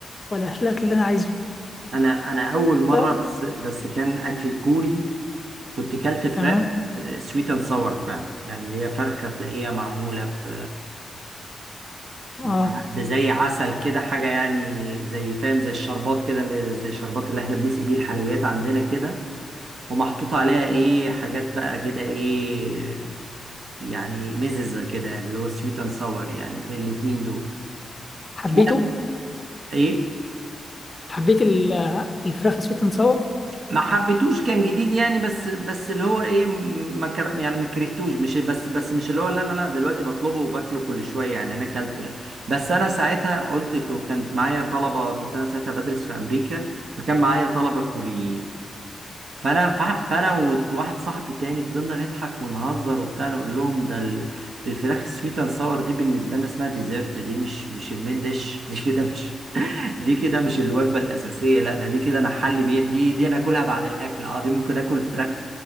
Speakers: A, on the left (about 25°); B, on the right (about 55°).
A: ولا الاكل اللي انا عايزه
B: انا انا اول مره
A: ف...
B: بس بس كان اكل كوري كنت كلت فراخ
A: تمام
B: سويت اند ساور فعلا يعني اللي هي فرخه تلاقيها معموله ب
A: اه
B: ب- بزي عسل كده حاجه يعني زي فاهم زي الشربات كده اللي زي الشربات اللي احنا بنسقي بيه الحلويات عندنا كده ومحطوط عليها ايه حاجات بقى كده ايه يعني مززه كده يعني اللي هو سويت اند ساور يعني في الاتنين دول
A: حبيته
B: ف- ايه
A: حبيت ال- الفراخ سويت اند ساور
B: ما حبيتوش كان جديد يعني بس بس اللي هو ايه ما كر... يعني ما كرهتوش مش بس بس مش اللي هو لا لا لا دلوقتي بطلبه وباكله كل شويه يعني انا اكلته يعني بس انا ساعتها قلت ك- وكانت معايا طلبه كنت انا ساعتها بدرس في امريكا فكان معايا طلبه كوريين فانا ف- فانا وواحد صاحبي تاني فضلنا نضحك ونهزر وبتاع نقول لهم ده ال- الفراخ السويت اند ساور دي بالنسبه لنا اسمها ديزرت دي مش مش المين ديش دي كده مش دي كده مش الوجبة الأساسية لا ده دي كده أنا حل بيها دي دي أنا آكلها بعد الأكل أه دي ممكن آكل فراخ